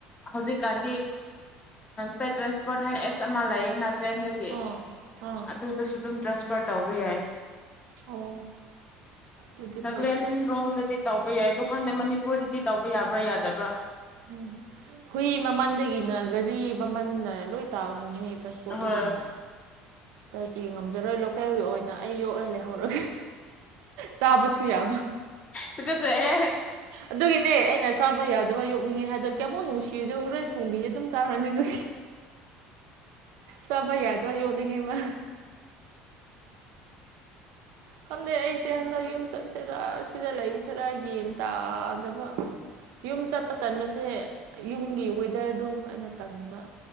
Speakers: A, on the left; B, on the right.
A: ꯍꯧꯖꯤꯛꯀꯥꯟꯒꯤ ꯄꯦꯠ ꯇ꯭ꯔꯥꯟꯁꯄꯣꯔꯠ ꯍꯥꯏꯅ ꯄꯁ ꯑꯃ ꯂꯩꯌꯦꯅ ꯇ꯭ꯔꯦꯟꯗꯒꯤ
B: ꯑꯥ ꯑꯥ
A: ꯑꯗꯨꯗꯁꯨ ꯑꯗꯨꯝ ꯇ꯭ꯔꯥꯟꯁꯐꯔ ꯇꯧꯕ ꯌꯥꯏ
B: ꯑꯣ ꯑꯗꯨꯗꯤ
A: ꯅꯥꯒꯥꯂꯦꯟ
B: ꯐꯩ ꯑꯗꯨ ꯑꯁ
A: ꯔꯣꯝꯗꯗꯤ ꯇꯧꯕ ꯌꯥꯏ ꯑꯗꯣ ꯍꯪꯗꯦ ꯃꯅꯤꯄꯨꯔꯗꯗꯤ ꯇꯧꯕ ꯌꯥꯕ꯭ꯔꯥ ꯌꯥꯗꯕ꯭ꯔꯥ
B: ꯎꯝ ꯍꯨꯏ ꯃꯃꯜꯗꯒꯤꯅ ꯒꯥꯔꯤ ꯃꯃꯜꯅ ꯂꯣꯏ ꯇꯥꯈ꯭ꯔꯅꯤ ꯇ꯭ꯔꯥꯟꯁꯄꯣꯔꯠꯇꯒꯤꯅ
A: ꯍꯣꯏ
B: ꯗꯤ ꯉꯝꯖꯔꯣꯏ ꯂꯣꯀꯦꯜꯒꯤ ꯑꯣꯏꯅ ꯑꯩ ꯌꯣꯛꯂꯂꯦ ꯍꯧꯔꯒ ꯆꯥꯕꯁꯨ ꯌꯥꯕ
A: ꯇꯨꯀꯠꯆꯩꯍꯦ
B: ꯑꯗꯨꯒꯤꯅꯦ ꯑꯩꯅ ꯆꯥꯕ ꯌꯥꯗꯕ ꯌꯣꯛꯅꯤꯡꯉꯤ ꯍꯥꯏꯒꯤ ꯀꯃꯨꯛ ꯅꯨꯡꯁꯤꯗ ꯍꯨꯔꯦꯟ ꯊꯣꯡꯕꯤꯁꯦ ꯑꯗꯨꯝ ꯆꯥꯈ꯭ꯔꯅꯤꯁꯨ ꯆꯕ ꯌꯥꯗꯋꯥ ꯌꯣꯅꯤꯡꯉꯦꯕ ꯈꯪꯗꯦ ꯑꯩꯁꯦ ꯍꯟꯗꯛ ꯌꯨꯝ ꯆꯠꯁꯤꯔꯥ ꯁꯤꯗ ꯂꯩꯁꯤꯔꯥ ꯌꯦꯟ ꯇꯥꯗꯕ ꯌꯨꯝ ꯆꯠꯄ ꯇꯟꯕꯁꯦ ꯌꯨꯝꯒꯤ ꯋꯦꯗꯔꯗꯨ ꯑꯩꯅ ꯇꯟꯕ